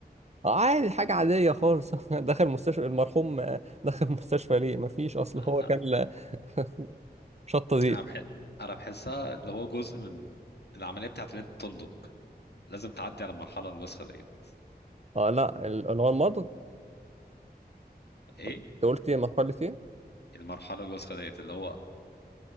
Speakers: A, on the right; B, on the left.
A: عادي حاجة عادية خالص <laughs> دخل مستشفى المرحوم آه، دخل مستشفى ليه ما فيش اصل
B: <laughs>
A: هو كان <laughs> شطة زيت
B: أنا بح... أنا بحسها اللي هو جزء من العملية بتاعت إن أنت تنضج لازم تعدي على المرحلة الوسخة ديت
A: اه لا ال- اللي هو المضغ
B: إيه؟
A: انت قلت ايه مرحلة ايه؟
B: المرحلة الوسخة ديت اللي هو